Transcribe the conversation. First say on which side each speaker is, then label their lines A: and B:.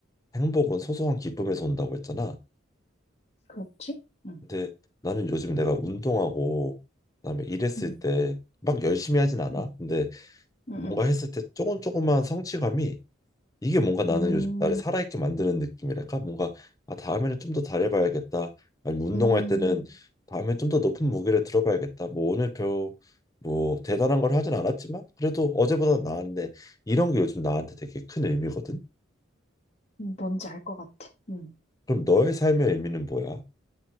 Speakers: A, on the left; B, on the left.
A: 행복은 소소한 기쁨에서 온다고 했잖아.
B: 그렇지. 음,
A: 근데 나는 요즘 내가 운동하고 그다음에 일했을
B: 음,
A: 때 막 열심히 하진 않아.
B: 음,
A: 근데
B: 음,
A: 뭔가 했을 때 조금 조금만 성취감이 이게 뭔가 나는
B: 음.
A: 요즘 나를 살아있게
B: 음,
A: 만드는 느낌이랄까? 뭔가 아 다음에는 좀 더 잘해봐야겠다. 아니면 운동할
B: 음.
A: 때는 다음에 좀 더 높은 무게를 들어봐야겠다. 뭐 오늘 별 뭐 대단한 걸 하진 않았지만 그래도 어제보다 나았네. 이런 게 요즘 나한테 되게 큰 의미거든.
B: 음, 뭔지 알 것 같아. 음.
A: 그럼 너의 삶의 의미는 뭐야?